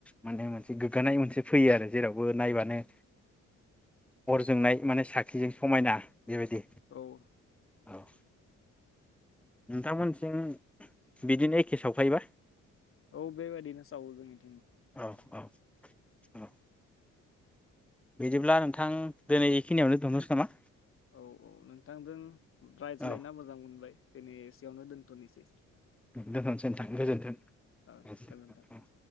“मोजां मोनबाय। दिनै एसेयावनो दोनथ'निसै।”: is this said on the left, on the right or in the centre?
Left